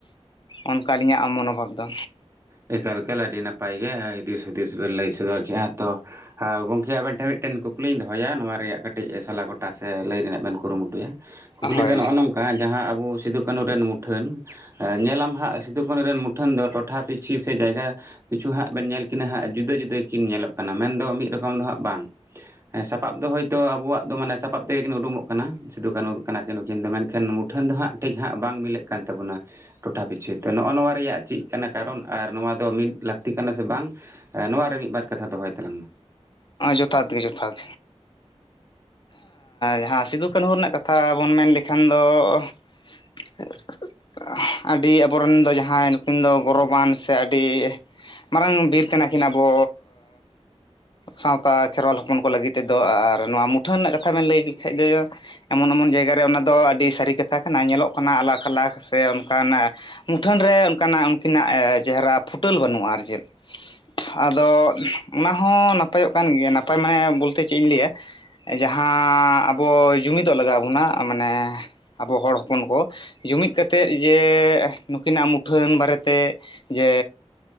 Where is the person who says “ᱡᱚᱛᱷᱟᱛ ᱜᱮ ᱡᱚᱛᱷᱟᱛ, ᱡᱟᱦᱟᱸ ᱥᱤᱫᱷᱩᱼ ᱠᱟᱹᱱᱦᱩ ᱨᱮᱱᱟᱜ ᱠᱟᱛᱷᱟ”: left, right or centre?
Left